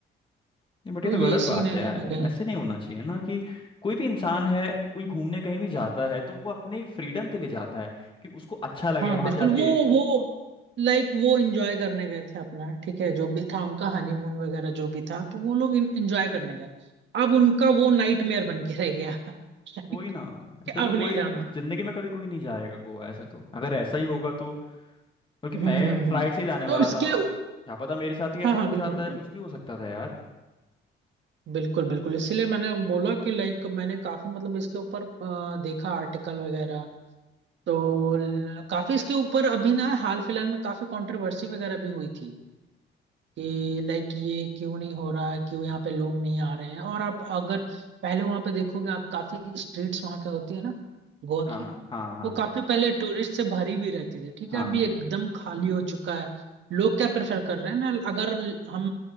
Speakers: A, on the left (about 25°); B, on the right (about 65°).
A: नहीं बट ये
B: तो
A: तो
B: ये
A: गलत बात
B: सीन है
A: है
B: कहीं
A: यार
B: ना कहीं
A: ऐसे नहीं होना चाहिए ना कि कोई भी इंसान है कोई घूमने कहीं भी जाता है तो वो अपने फ्रीडम के लिए जाता है कि उसको अच्छा लगे
B: हाँ
A: वहां
B: बिल्कुल
A: जाके
B: वो वो लाइक वो एंजॉय करने गए थे अपना ठीक है जो भी था उनका हनीमून वगैरह जो भी था तो वो लोग एंजॉय करने गए अब उनका वो नाइटमेयर बन के रह गया <laughs> लाइक
A: वही ना
B: कि
A: ऐसे तो
B: अब
A: कोई
B: नहीं जाना
A: जिंदगी में कभी कोई नहीं जाएगा गोवा ऐसे तो अगर ऐसा ही होगा तो बल्कि
B: हम्म
A: मैं
B: हम्म
A: फ्लाइट
B: हम्म।
A: से ही जाने
B: तो
A: वाला
B: इसके
A: था क्या पता मेरे साथ ही ऐसा
B: हाँ हाँ
A: हो
B: बिल्कुल
A: जाता
B: बिल्कुल
A: है कुछ भी हो सकता था यार
B: बिल्कुल बिल्कुल इसीलिए मैंने बोला कि लाइक मैंने काफी मतलब इसके ऊपर अ, देखा आर्टिकल वगैरह तो ल- काफी इसके ऊपर अभी ना हाल फिलहाल में काफी कंट्रोवर्सी वगैरह भी हुई थी कि लाइक ये क्यों नहीं हो रहा है क्यों यहाँ पे लोग नहीं आ रहे हैं और आप अगर पहले वहां पे देखोगे आप काफी स्ट्रीट्स वहां की होती है ना गोवा
A: हाँ
B: की
A: हाँ हाँ
B: वो काफी पहले टूरिस्ट से भरी भी रहती थी ठीक
A: हाँ
B: है अभी एकदम खाली हो चुका है लोग क्या प्रेफर कर रहे हैं ना अगर हम